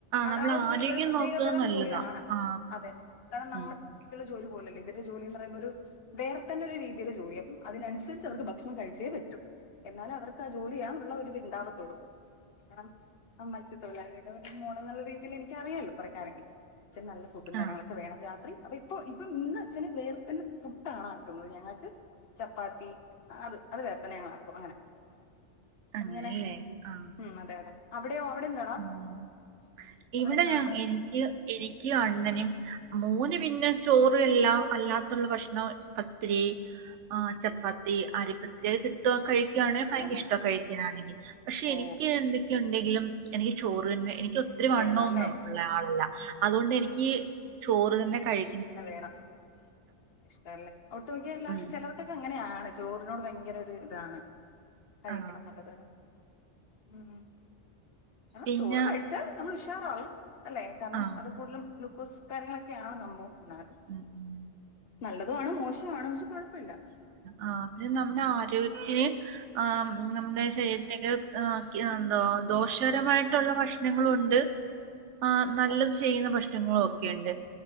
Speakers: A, on the right; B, on the left.
A: നമ്മൾ
B: ആ ഒരു
A: ആരോഗ്യം
B: ജോലി ഒരു പ്രത്യേകതരം
A: നോക്കുന്നത് നല്ലതാ
B: ജോലിയാണ്
A: ആ
B: അതെ കാരണം നമ്മൾക്കുള്ള
A: ഉം ഉം.
B: ജോലി പോലല്ല ഇവര് ജോലിന്ന് പറയുമ്പോ ഒരു വേറെ തന്ന ഒരു രീതിയില് ജോലിയാ അപ്പം അതിനനുസരിച്ച് അവർക്ക് ഭക്ഷണം കഴിച്ചേ പറ്റു എന്നാലെ അവർക്ക് ആ ജോലി ചെയ്യാനുള്ള ഒരിത് ഉണ്ടാവത്തോള്ളൂ കാരണം ആ മറ്റ് തൊഴിലാളിയുടെ ഒരു മോള് എന്നുള്ള രീതിയിൽ എനിക്കറിയാല്ലോ കുറേ കാര്യങ്ങള് അച്ഛൻ നല്ല ഫുഡും കാര്യങ്ങളൊക്കെ
A: ആ
B: വേണം രാത്രി അപ്പൊ ഇപ്പൊ ഇപ്പം ഇന്ന് അച്ഛന് വേർത്തന പുട്ട് ആണ് ആക്കുന്നത് ഞങ്ങൾക്ക് ചപ്പാത്തി അത് അത് വേറെത്തന്നെ ഞങ്ങള് ആക്കും അങ്ങനെ
A: അങ്ങനെയല്ലേ
B: അങ്ങനെ
A: ആ
B: ഉം അതെ അതെ അവിടെയോ <unintelligible>
A: ഉം ഇവിടെ
B: അവിടെ എന്താണ്
A: എനിക്ക് എനിക്കും അണ്ണനും മോന് പിന്നെ ചോറ് അല്ലാ അല്ലാത്തുള്ള ഭക്ഷണം പത്തിരി ആ ചപ്പാത്തി അരിപ്പത്തിരി കിട്ടുവാ കഴിക്കുകയാണെ
B: അങ്ങനെയൊക്കെ
A: ഭയങ്കര
B: അല്ലെ
A: ഇഷ്ട കഴിക്കാനാണെങ്കിൽ പക്ഷെ
B: ഓ
A: എനിക്ക് എന്തൊക്കെയുണ്ടെങ്കിലും എനിക്ക് ചോറ് തന്നെ എനിക്ക് ഒത്തിരി വണ്ണം
B: വേണം അല്ലേ
A: ഒന്നും ഉള്ള ആളല്ല അതുകൊണ്ട് എനിക്ക് ചോറ് തന്നെ കഴി
B: ന്നെ വേണം ഇഷ്ടല്ല ഒട്ട് മിക്ക എല്ലാർക്കും
A: ഉം.
B: ചിലർക്കെക്ക് ഇത് അങ്ങനെയാണ് ചോറിനോട് ഭയങ്കര ഒരു ഇതാണ് കഴിക്കണംന്നുള്ളത്
A: ആ
B: ഉം ആഹ്
A: പിന്നെ
B: ചോറ് കഴിച്ചാ നമ്മള് ഉഷാറാവും അല്ലെ കാരണം
A: ആ
B: അത് കൂടുതലും ഗ്ലൂക്കോസ് കാര്യങ്ങളൊക്കെ ആണ് സംഭവം എന്നാലും
A: ഉം ഉം
B: നല്ലതും ആണ് മോശവും ആണ് പക്ഷേ കൊഴപ്പമില്ല
A: ആഹ് പിന്നെ നമ്മുടെ ആരോഗ്യത്തിന് ആഹ് നമ്മുടെ ശരീരത്തിന് ക്ക് എന്താ ദോഷകരമായിട്ടുള്ള ഭക്ഷണങ്ങളുണ്ട് ആഹ് നല്ലത്
B: അതെ
A: ചെയ്യുന്ന ഭക്ഷ്ണങ്ങളും ഒക്കെയുണ്ട്